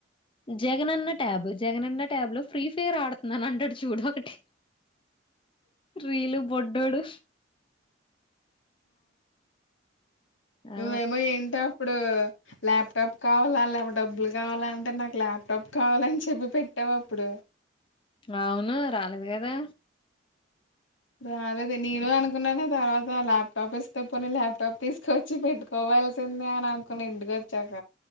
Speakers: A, on the left (about 25°); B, on the left (about 75°).
A: జగనన్న ట్యాబు జగనన్న. ట్యాబ్ లో ఫ్రీ ఫైర్ ఆడుతున్నాను అంటడు చూడు ఒకటి రీలు బొడ్డోడు ఆ
B: నువ్వేమొ ఏంటప్పుడు ల్యాప్టాప్ కావాలా లే డబ్బులు కావాల అంటే నాకు ల్యాప్టాప్ కావాలని చెప్పి పెట్టావప్పుడు
A: అవును రాలేదు కదా
B: రాలేదు నేను అనుకున్నానే తర్వాత ల్యాప్టాప్ ఇస్తే పోని ల్యాప్టాప్ తీసుకోచ్చి పెట్టుకో వల్సిందే అని అనుకున ఇంటికోచ్చాక